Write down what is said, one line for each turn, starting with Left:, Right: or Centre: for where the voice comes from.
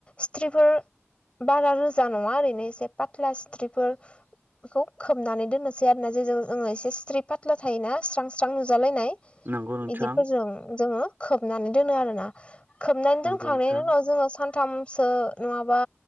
Left: सिथ्रिफोर बारा रोजा नङा ओरैनो एसे पाथ्ला सिथ्रिफोर बेखौ खोबनानै दोननोसै आरोना जेजों जोङो एसे सथ्रि फाथ्ला थायोना स्रां स्रां नुजालायनाय
Right: नंगौ नोंथां
Left: बिदिफोरजों जोङो खोबनानै दोनो आरो ना खोबनानै
Right: नंगौ
Left: दोनखांनायनि
Right: नोंथां
Left: उनाव जोङो सानथामसो नङाबा